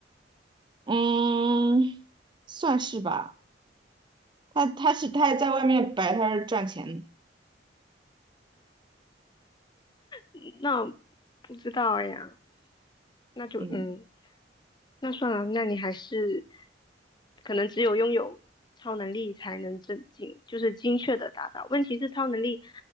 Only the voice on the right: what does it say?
嗯，算是吧。他他是他还在外面摆摊儿赚钱呢。
嗯，